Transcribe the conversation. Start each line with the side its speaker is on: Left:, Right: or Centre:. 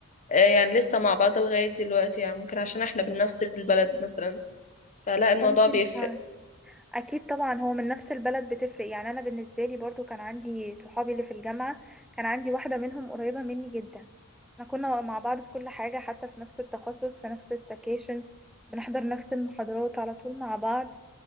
Left: آه، يعني لسه مع بعض لغاية دلوقتي يعني ممكن عشان احنا بنفس البلد مثلا فلا الموضوع
Centre: ممكن
Left: بيفرق
Centre: فعلا اكيد طبعا هو من نفس البلد بتفرق يعني انا بالنسبه لي برضو كان عندي صحابي اللي في الجامعه كان عندي واحده منهم قريبه مني جدا احنا كنا مع بعض في كل حاجه حتى في نفس التخصص في نفس السكاشن بنحضر نفس المحاضرات على طول مع بعض